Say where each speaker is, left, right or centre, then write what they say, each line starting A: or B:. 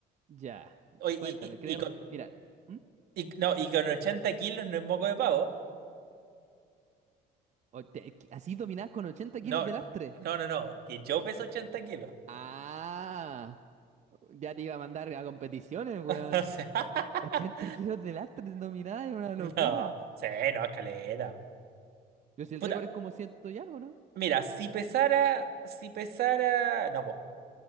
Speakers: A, on the right; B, on the right.
A: Ya, ya,
B: Oye,
A: cuéntame,
B: y,
A: creo.
B: y, y con,
A: Mira, ¿hmm?
B: y- no, y con 80 kilos no es moco de pavo.
A: O te- así dominadas con 80
B: No,
A: kilos de lastre.
B: no, no, no, que yo peso 80 kilos.
A: Ah, ya te iba a mandar a competiciones, weón.
B: <laughs> O sea, <laughs>
A: 80 kilos de lastre en dominada es una locura.
B: No, sí, no, escalera.
A: Yo si el
B: Puta,
A: récord es como ciento y algo, ¿no?
B: mira, si pesara, si pesara, no, po.